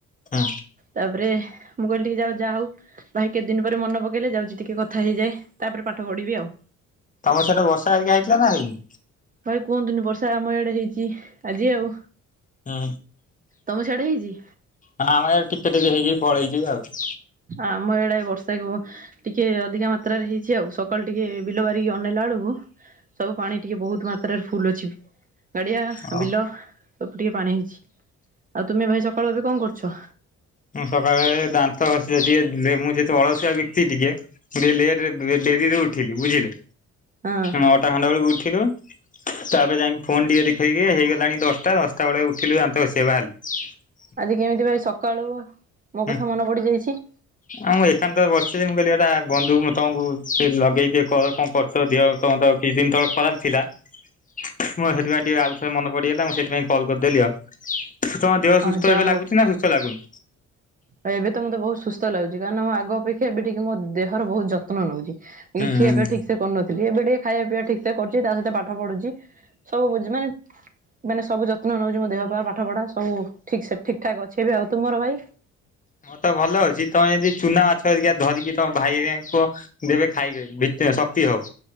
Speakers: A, on the left (about 25°); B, on the right (about 30°).
A: ହଁ‌।
B: ତାପରେ ମୁକଇଲି ଟିକେ ଯାଉ ଯାହାହଉ ଭାଇ କେତେଦିନି ପରେ ମନେ ପକେଇଲେ ଯାଉଚି ଟିକେ କଥା ହେଇଯାଏ ତାପରେ ପାଠ ପଢିବି ଆଉ।
A: ତମ ସେଆଡ଼େ ବର୍ଷା ଆଜିକା ହେଇଥିଲାନା ହେଇନି?
B: ଭାଇ କୁହନ୍ତୁନି ବର୍ଷା ଆମ ଏଇଆଡ଼େ ହେଇଚି ଆଜି ଆଉ।
A: ହୁଁ
B: ତମ ସିଆଡ଼େ ହେଇଚି?
A: ହଁ ଆମର ଏଆରେ ଟିକେ ଟିକେ ହେଇକି ପଳେଇଯିବି ଆଉ‌।
B: ଆମ ଏଇଆଡ଼େ ବର୍ଷାପ ଟିକେ ଅଧିକା ମାତ୍ରାରେରେ ହେଇଚି ଆଉ ସକାଳୁ ଟିକେ ବିଲ ବାରିକି ଅନେଇଲା ବେଳକୁ ସବୁ ପାଣି ଟିକେ ବହୁତ୍ ମାତ୍ରାରେ ଫୁଲ୍ ଅଛିବି ଗାଡ଼ିଆ
A: ହଁ।
B: ବିଲ ସବୁ ଟିକେ ପାଣି ହେଇଚି। ଆଉ ତୁମେ ଭାଇ ସକାଳୁ ଏବେ କଣ କରୁଛ?
A: ମୁଁ ସକାଳେ ଦାନ୍ତ ଘଷିଘଷି ବୁଲେ ମୁଁ ଯେତେ ଅଳସୁଆ ବକ୍ତି ଟିକେ ଟିକେ ଲେଟେରେ ଡେରିରେ ଉଠିଲି ବୁଝିଲେ
B: ହଁ
A: ନଅଟା ଖଣ୍ଟା ବେଳକୁ ଉଠଥିଲୁ ତାପରେ ଯାଇକି ଫୋନ୍ ଟିକେ ଦେଖେଇକି ହେଇଗଲାଣି ଦଶଟା ଦଶଟା ବେଳେ ଉଠିଲୁ ଦାନ୍ତ ଘଷିବା ପାଇଁ ବସିବା ବାହାର
B: ଆଜି କେମିତି ଭାଇ ସକାଳୁ ମୋକଥା
A: ହୁଁ
B: ମନେ ପଡ଼ିଯାଇଛି?
A: ଆଉ ମୁଁ ଏକାନ୍ତର ବସିଛିି ମୁଁ କହିଲି ଏଟା ବନ୍ଧୁମୁ ତମକୁ ସେ ଲଗେଇଦିଏ କ କଣ କରୁ ସ ଦେହ ତମରତ କିଛି ଦିନି ତଳେ ଖରାପ୍ ଥିଲା। ମୁଁ ସେଥିପାଇଁ ଟିକେ ଆଉଥରେ ମନେ ପଡ଼ିଗଲା ମୁସେଥିପାଇଁ କଲ୍ କରିଦେଲି ଆଉ। ତମ ଦେହ
B: ହଁ
A: ସୁସ୍ଥ
B: ଯାହା
A: ଏବେ ଲାଗୁଚିନା ସୁସ୍ଥ ଲାଗୁନି?
B: ଆଉ ଏବେତ ମତେ ବହୁତ୍ ସୁସ୍ଥ ଲାଗୁଚି କାରଣ ମୁଁ ଆଗ ଅପେକ୍ଷା ଏବେ ଟିକେ ମଦେହର ବହୁତ୍ ଯତ୍ନ ନେଉଛି।
A: ହୁଁ।
B: ଏ ଖିଆ ପିଆ ଠିକିସେ କରୁନଥିଲି ଏବେ ଟିକେ ଖାଇବା ପିଇବା ଠିକ୍ ସେ କରୁଚି ତାସହିତ ପାଠ ପଢୁଛି। ସବୁ ବୁଝି ମାନେ ମାନେ ସବୁ ଯତ୍ନ ନଉଛି ମୋ ଦେହପା ପାଠ ପଢା। ହଉ ଠିକ୍ ସେ ଠିକ୍ ଠାକ୍ ଅଛି ଏବେ ଆଉ ତୁମର ଭାଇ
A: ମରତ ଭଲ ଅଛି ତମେ ଯଦି ଚୁନା ମା ଛ ଅରିକା ଧରିକି ତମ ଭାଇାଇରାଙ୍କୁ କୁଅ ଦେବେ ଖାଇବେ ଭିଟା ଶକ୍ତି ହଉ।